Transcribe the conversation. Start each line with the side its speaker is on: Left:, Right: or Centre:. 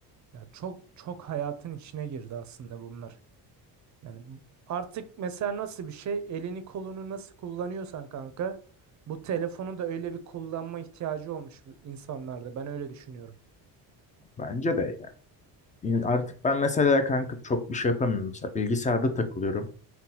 Right: Ya çok çok hayatın içine girdi aslında bunlar. Yani bu- artık mesela nasıl bir şey elini kolunu nasıl kullanıyorsan kanka bu telefonu da öyle bir kullanma ihtiyacı olmuş bu insanlarda. Ben öyle düşünüyorum.
Left: Bence de yani. İn- Artık ben mesela kanka çok bir şey yapamıyorum. Mesela bilgisayarda takılıyorum.